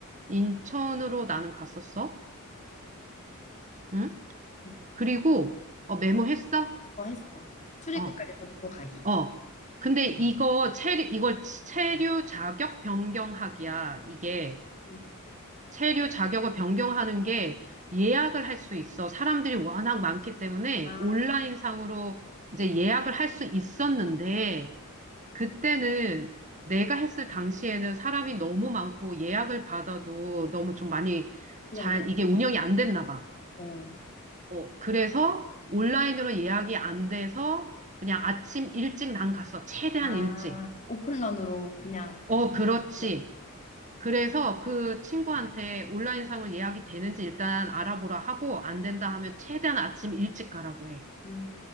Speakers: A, on the right (about 35°); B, on the left (about 35°).
A: 인천으로 나는 갔었어. 응?
B: 음,
A: 그리고 어 메모했어?
B: 뭐 했어. 출입국까지
A: 어.
B: 잡아서 가기.
A: 어. 근데 이거 체류, 이거 체류 자격 변경하기야. 이게
B: 음.
A: 체류 자격을 변경하는 게 예약을 할 수 있어. 사람들이 워낙 많기 때문에
B: 아,
A: 온라인상으로 이제 예약을 할 수 있었는데 그때는 내가 했을 당시에는 사람이 너무 많고 예약을 받아도 너무 좀 많이
B: 기다려야
A: 잘 이게 운영이 안 됐나 봐.
B: 어,
A: 어, 그래서 온라인으로 예약이 안 돼서 그냥 아침 일찍 난 갔어. 최대한
B: 아,
A: 일찍.
B: 오픈런으로 그냥.
A: 어, 그렇지.
B: 그랬구나.
A: 그래서 그 친구한테 온라인 상을 예약이 되는지 일단 알아보라 하고 안 된다 하면 최대한 아침 일찍 가라고 해.
B: 음.